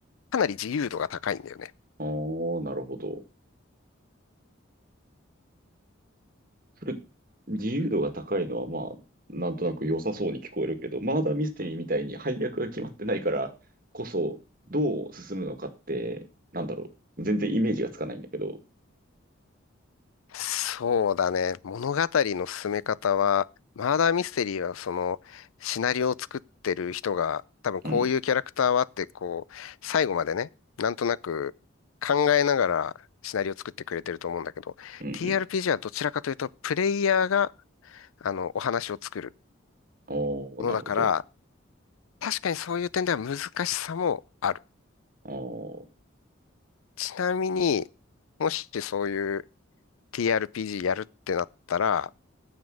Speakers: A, on the left; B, on the right.
A: かなり自由度が高いんだよね。
B: ああ、なるほど。それ、自由度が高いのは、まあ、なんとなく良さそうに聞こえるけど、マーダーミステリーみたいに配役が決まってないからこそ、どう進むのかって、なんだろう。全然イメージがつかないんだけど。
A: そうだね。物語の進め方は、マーダーミステリーはその、シナリオを作ってる人が、多分こういうキャラクターはって、
B: うん、
A: こう、最後までね、なんとなく考えながらシナリオを作ってくれてると思うんだけど、
B: うん、うん。
A: TRPG はどちらかというと、プレイヤーが、あの、お話を作る
B: おー、
A: ものだから、
B: なるほど。
A: 確かにそういう点では難しさもある。
B: おー、
A: ちなみに、もしそういう TRPG やるってなったら、